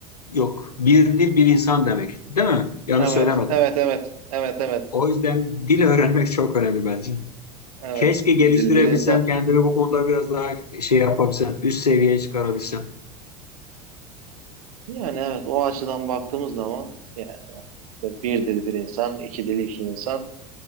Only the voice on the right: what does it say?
Evet,
evet, evet, evet, evet,
evet.
Bir
dil bir insan.
Yani evet o açıdan baktığımız zaman yani bir dil bir insan, iki dil iki insan.